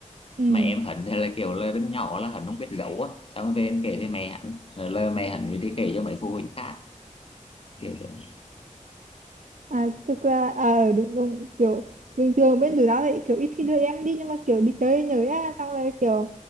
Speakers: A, on the right (about 70°); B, on the left (about 45°).
A: ừ
B: mà em hẳn thì là kiểu là đứa nhỏ là hẳn không biết giấu á xong về em kể với mẹ hẳn Rồi là mẹ hẳn mới đi kể cho mấy phụ huynh khác kiểu là
A: À, thực ra à, đúng đúng kiểu bình thường bên tụi tao thì kiểu ít khi đưa em đi nhưng mà kiểu đi chơi nhớ á xong rồi kiểu